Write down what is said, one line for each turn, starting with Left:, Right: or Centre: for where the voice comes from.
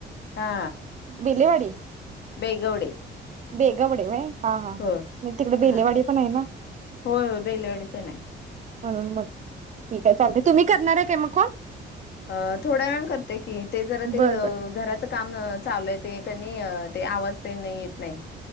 Left: हा
Right: बेलेवाडी
Left: बेगवडे
Right: बेगवडे व्हय हा हा
Left: होय
Right: हा
Left: होय
Right: मग तिकडे बेलेवाडी
Left: हा
Right: पण आहे ना
Left: होय होय बेलेवाडी पण हाय
Right: <unintelligible> ठीक आहे चालतंय तुम्ही करणार आहे का म कॉल?
Left: ह थोड्यावेळाने करते की ते जरा ते
Right: बरं
Left: अअ
Right: बरं
Left: घराच कामं चालू आहे ते कनी ते आवाज ते येत नाय